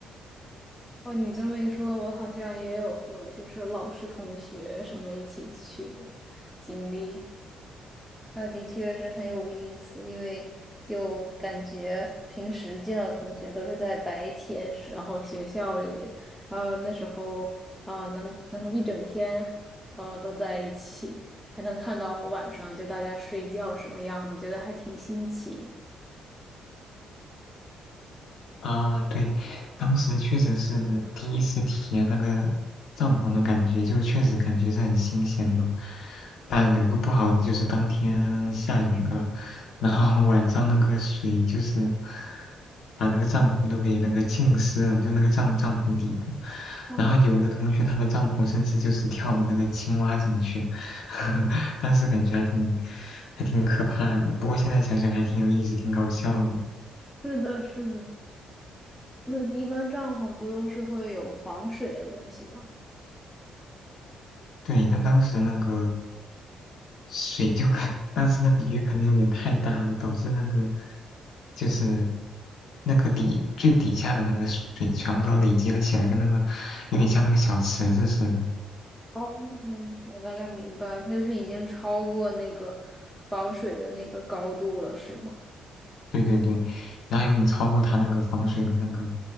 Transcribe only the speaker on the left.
啊，对，当时确实是第一次体验那个帐篷的感觉，就确实感觉是很新鲜的。但有个不好的就是当天下雨了，然后 <laughs> 晚上那个水就是把那个帐篷都给那个浸湿了，就那个帐帐篷底部。
然后有的同学他的帐篷甚至就是跳了那个青蛙进去，<laughs> 当时感觉还挺还挺可怕的。不过现在想想还挺有意思，挺搞笑的。
对，但当时那个水就可能，但是那个鱼可能有点太大了，导致那个就是那个底最底下的那个水全部都累积了起来，跟那个有点像那个小池子似的。
对对对，然后有点超过它那个防水的那个